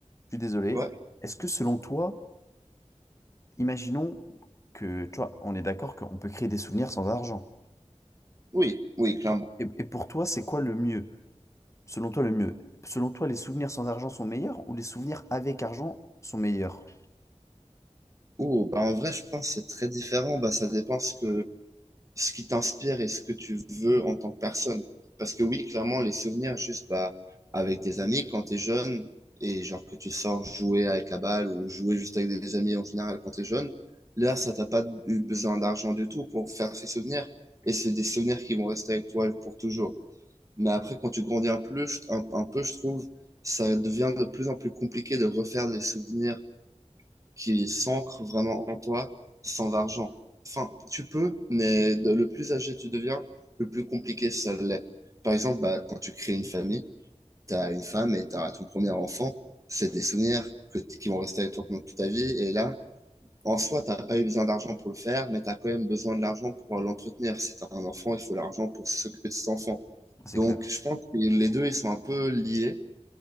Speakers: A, on the left; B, on the right.
A: Je suis désolé.
B: Ouais.
A: Est-ce que selon toi, imaginons que, tu vois, on est d'accord qu'on peut créer des souvenirs sans argent.
B: Oui, oui, clairement.
A: Et, et pour toi, c'est quoi le mieux? Selon toi, le mieux. Selon toi, les souvenirs sans argent sont meilleurs ou les souvenirs avec argent sont meilleurs?
B: Ouh, bah en vrai, je pense que c'est très différent. Bah, ça dépend ce que ce qui t'inspire et ce que tu veux en tant que personne. Parce que oui, clairement, les souvenirs, juste bah, avec tes amis quand t'es jeune, et genre que tu sors jouer avec la balle ou jouer juste avec des amis en général quand t'es jeune, là, ça t'a pas eu besoin d'argent du tout pour faire ces souvenirs. Et c'est des souvenirs qui vont rester avec toi pour toujours. Mais après, quand tu grandis un peu, je- un, un peu, je trouve, ça devient de plus en plus compliqué de refaire des souvenirs qui s'ancre vraiment en toi sans argent. Enfin, tu peux, mais de- le plus âgé tu deviens, le plus compliqué ça l'est. Par exemple, bah, quand tu crées une famille, tu as une femme et tu as ton premier enfant, c'est des souvenirs que t- qui vont rester avec toi pendant toute ta vie. Et là, en soi, tu n'as pas eu besoin d'argent pour le faire, mais tu as quand même besoin de l'argent pour pouvoir l'entretenir. Si tu as un enfant, il faut l'argent pour s'occuper de cet enfant.
A: Ah, C'est
B: Donc,
A: clair.
B: je pense que les deux, ils sont un peu liés.